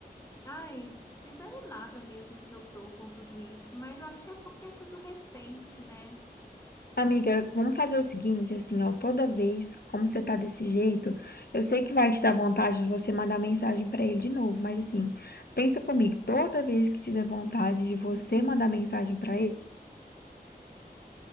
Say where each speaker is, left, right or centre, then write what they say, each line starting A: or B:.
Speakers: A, on the left (about 15°); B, on the left (about 70°).
A: ai, desanimada mesmo que eu tô com tudo isso, mas eu acho que é porque é tudo recente, né?
B: Amiga, vamos fazer o seguinte, assim, ó, toda vez, como você tá desse jeito, eu sei que vai te dar vontade de você mandar mensagem pra ele de novo, mas assim, pensa comigo, toda vez que te der vontade de você mandar mensagem pra ele,